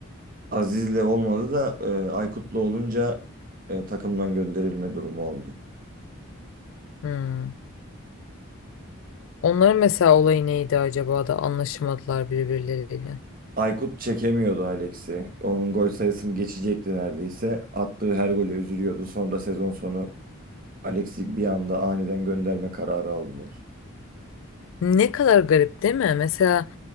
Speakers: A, on the right; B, on the left.
A: Aziz'le olmadı da e, Aykut'la olunca e, takımdan gönderilme durumu oldu.
B: Hmm. Onların mesela olayı neydi acaba da anlaşamadılar birbirleriyle.
A: Aykut çekemiyordu Alex'i. Onun gol sayısını geçecekti neredeyse. Attığı her gole üzülüyordu. Sonra sezon sonu Alex'i bir anda aniden gönderme kararı aldılar.
B: Ne kadar garip değil mi? Mesela